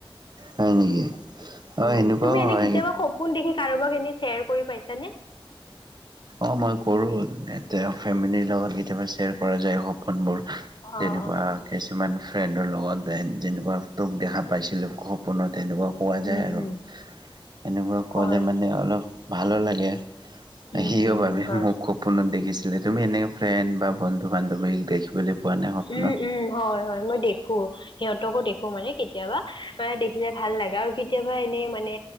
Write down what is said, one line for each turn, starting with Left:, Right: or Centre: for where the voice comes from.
Right: হয় নেকি
Left: উম,
Right: অ সেনেকুৱাও
Left: তুমি এনে
Right: হয়
Left: কেতিয়াবা সপোন দেখি কাৰোবাক এনে শ্বেয়াৰ কৰি পাইছা নে?
Right: অ' মই কৰো ইয়াতে ফেমিলিৰ লগত কেতিয়াবা শ্বেয়াৰ কৰা যায়, স পোণবোৰ
Left: অ
Right: তেনেকুৱা
Left: অ
Right: হয়। কিছুমান ফ্ৰেণ্ডৰ লগত, এ যেনেকুৱা তোক দেখা পাইছিলো, সপোনত এনেকুৱা পোৱা
Left: উম
Right: যায় আৰু
Left: উম
Right: এনেকুৱা ক'লে
Left: হয়
Right: মানে অলপ ভালো লাগে।
Left: উম
Right: এ সিও
Left: উম
Right: মানে
Left: হয়
Right: মোক সপোনত দেখিছিলে, তুমি এনেক ফ্ৰেণ্ড বা বন্ধু-বান্ধৱীক দেখিবলৈ পোৱা নাই সপোনত?
Left: উম, উম, হয়, হয় মই দেখো, সিহঁতকো দেখো মানে কেতিয়াবা বা দেখিলে ভাল লাগে আৰু কেতিয়াবা এনে মানে